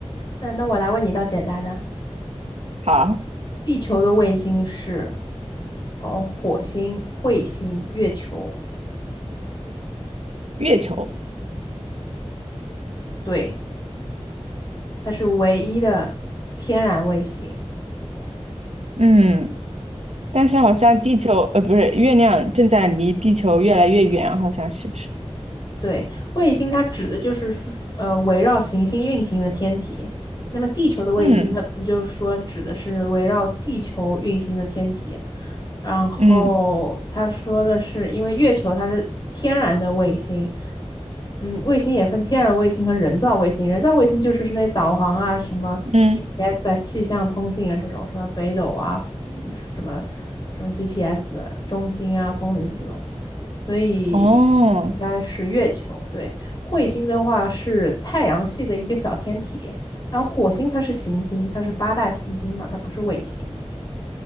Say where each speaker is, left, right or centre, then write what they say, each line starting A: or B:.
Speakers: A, on the left; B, on the right.
A: 那那我来问你一道简单的，
B: 好。
A: 地球的卫星是，哦，火星、彗星、月球，
B: 月球，
A: 对。它是唯一的天然卫星。
B: 嗯，但是好像地球，呃，不是，月亮正在离地球越来越远，好像是不是？
A: 对，卫星它指的就是说呃围绕行星运行的天体。那么地球的卫星，
B: 嗯
A: 那不就是说指的是围绕地球运行的天体？然后他说的是，
B: 嗯
A: 因为月球它是天然的卫星，嗯，卫星也分天然卫星和人造卫星。人造卫星就是是那导航啊、什么
B: 嗯，
A: GPS 啊、气象通信啊这种，什么北斗啊、什么什么 GPS 中心啊、风云这种。所以应该是月球。
B: 哦
A: 对，彗星的话是太阳系的一个小天体，然后火星它是行星，它是八大行星嘛，它不是卫星。